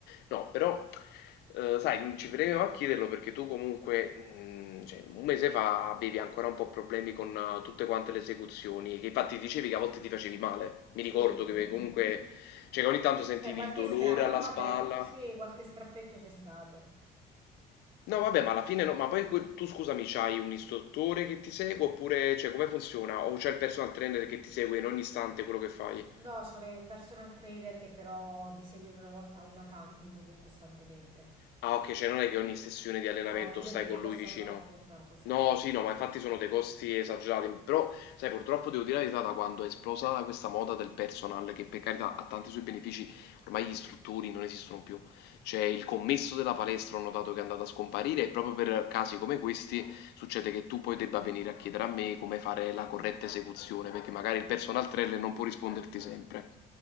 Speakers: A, on the left; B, on the right.
A: no, però eh, sai, ci premeva a chiederlo perché tu comunque, mh, cioè, un mese fa avevi ancora un po' problemi con eh, tutte quante le esecuzioni, che infatti dicevi che a volte ti facevi male. Mi
B: Sì.
A: ricordo che
B: <laughs>
A: comunque, cioè, che ogni tanto sentivi
B: Cioè, qualche
A: il dolore
B: stra... No,
A: alla
B: vabbè,
A: spalla.
B: sì, qualche strappetto c'è stato.
A: No, vabbè, ma alla fine no, ma poi que- tu scusami, c'hai un istruttore che ti segue oppure, cioè, come funziona? O c'è il personal trainer che ti segue in ogni istante quello che fai?
B: No, c'avevo il personal trainer che però mi seguiva una volta una tantum, non costantemente.
A: Ah ok, cioè non è che ogni sessione di allenamento
B: No, pure
A: stai
B: perché
A: con
B: costa
A: lui vicino.
B: troppo. No, costa
A: No,
B: troppo.
A: sì, no, ma infatti sono dei costi esagerati. Però, sai, purtroppo devo dire la verità, da quando è esplosa questa moda del personal, che per carità ha tanti suoi benefici, ormai gli istruttori non esistono più. Cioè, il commesso della palestra ho notato che è andato a scomparire e proprio per casi come questi succede che tu poi debba venire a chiedere a me come fare la corretta esecuzione, perché magari il personal trainer non può risponderti sempre.